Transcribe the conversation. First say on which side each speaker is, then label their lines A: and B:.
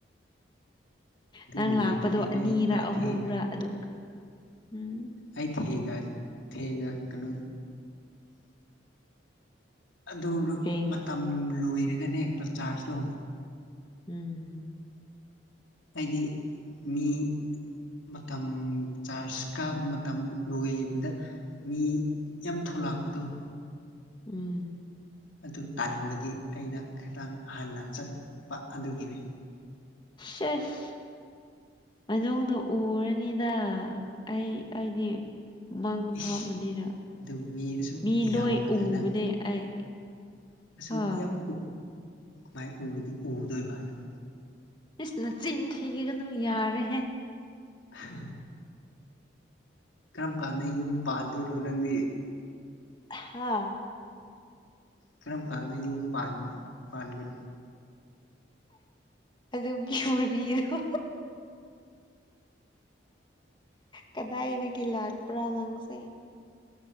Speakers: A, on the left (about 25°); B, on the left (about 85°).
A: ꯅꯪ
B: ꯅꯨꯃꯤꯠꯇꯨꯗꯤ
A: ꯂꯥꯛꯄꯗꯣ ꯑꯅꯤꯔ
B: ꯑꯩ ꯈꯔ
A: ꯑꯍꯨꯝꯔ
B: ꯊꯦꯡꯅ
A: ꯑꯗꯨꯒ ꯎꯝ
B: ꯑꯩ ꯊꯦꯡꯉ ꯊꯦꯡꯉ ꯀꯩꯅꯣ ꯑꯗꯨ
A: ꯊꯦꯡꯉ
B: ꯃꯇꯝ ꯂꯣꯏꯔꯒꯅꯦ ꯆꯥꯔꯖꯇꯣ
A: ꯎꯝ
B: ꯍꯥꯏꯗꯤ ꯃꯤ ꯃꯇꯝ ꯆꯥꯔꯖ ꯀꯥꯕ ꯃꯇꯝ ꯂꯣꯏꯕꯗ ꯃꯤ ꯌꯥꯝ ꯊꯣꯂꯥꯛꯄꯗꯨꯣ
A: ꯎꯝ
B: ꯑꯗꯨ ꯇꯥꯟꯕꯒꯤ ꯑꯩꯅ ꯈꯤꯇꯪ ꯍꯥꯟꯅ ꯆꯠꯄ ꯑꯗꯨꯒꯤꯅꯤ
A: ꯁꯁ ꯃꯅꯨꯡꯗ ꯎꯔꯅꯤꯗ ꯑꯩ ꯑꯩꯗꯤ ꯃꯥꯡꯗ
B: ꯏꯁ
A: ꯐꯥꯝꯕꯅꯤꯅ
B: ꯑꯗꯨ ꯑꯁꯨꯛ
A: ꯃꯤ
B: ꯌꯥꯝꯕꯗ
A: ꯂꯣꯏ ꯎꯕꯅꯦ
B: ꯅꯪ
A: ꯑꯩ
B: ꯑꯁꯨꯛ
A: ꯑꯥ
B: ꯌꯥꯝ ꯎꯥꯏ ꯎꯗꯣꯏꯕ ꯑꯗꯨ
A: ꯏꯁꯁ ꯅꯆꯤꯟ ꯊꯤꯒꯅꯨ ꯌꯥꯔꯦꯍꯦ
B: <inaudible> ꯀꯔꯝ ꯀꯥꯟꯗ ꯌꯨꯝ ꯄꯥꯟꯗꯣꯏꯔꯣ ꯅꯪꯗꯤ
A: ꯍꯥꯥ
B: ꯀꯔꯝ ꯀꯥꯟꯗ ꯌꯨꯝ ꯄꯥꯟꯒ
A: ꯑꯗꯨꯒꯤ ꯍꯔꯤꯗꯣ ꯀꯗꯥꯏꯗꯒꯤ ꯂꯥꯛꯄ꯭ꯔꯥ ꯅꯪꯁꯦ